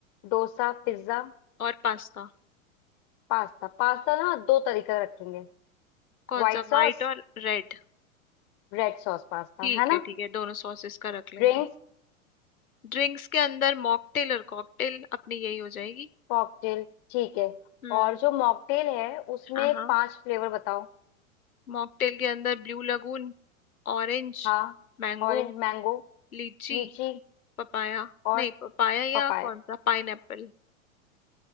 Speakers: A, on the left; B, on the left.
A: dosa pizza
B: और पास्ता
A: pasta Pasta ना दो तरीके का रखेंगे
B: कौन
A: white
B: सा
A: sauce
B: वाइट और रेड
A: red sauce pasta
B: ठीक
A: है ना
B: है ठीक है दोनों सॉसेस का रख लेंगे
A: ड्रिंक्स
B: ड्रिंक्स के अंदर मॉकटेल और कॉकटेल अपनी यही हो जाएगी
A: कॉकटेल ठीक है
B: हम्म
A: और जो मॉकटेल है उसमें
B: हाँ हाँ
A: पांच फ्लेवर बताओ
B: मॉकटेल के अंदर blue lagoon Orange
A: हाँ
B: Mango
A: ऑरेंज मैंगो
B: Lychee
A: लीची
B: Papaya
A: और
B: नहीं पपाया या
A: पपाया
B: कौन सा पाइनएप्पल